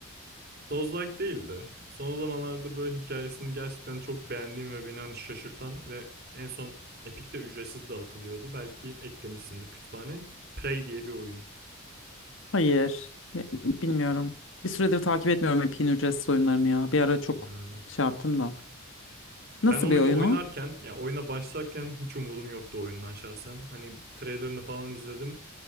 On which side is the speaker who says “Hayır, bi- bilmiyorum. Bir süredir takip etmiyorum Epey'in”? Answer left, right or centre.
Left